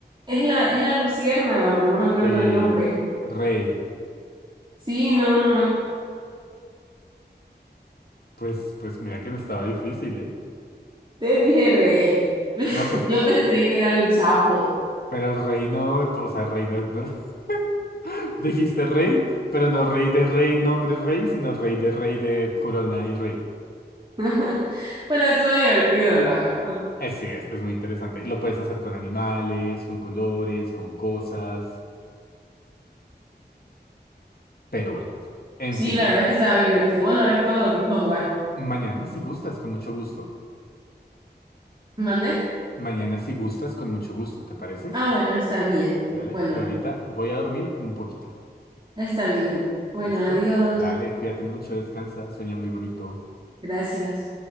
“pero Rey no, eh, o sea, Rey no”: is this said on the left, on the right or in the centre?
Left